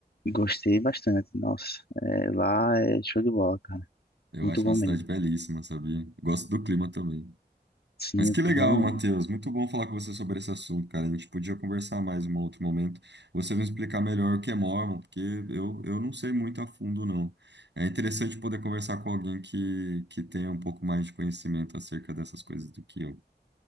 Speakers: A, on the left; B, on the right.
A: gostei bastante, nossa. eh, lá é show de bola, cara.
B: Eu
A: Muito
B: acho
A: bom
B: uma cidade
A: mesmo.
B: belíssima, sabia? Gosto do clima também.
A: Sim,
B: Mas que
A: o clima.
B: legal, Matheus. Muito bom falar com você sobre esse assunto, cara. A gente podia conversar mais em um outro momento. Você me explicar melhor o que é Mormon, porque eu, eu não sei muito a fundo, não. É interessante poder conversar com alguém que, que tenha um pouco mais de conhecimento acerca dessas coisas do que eu.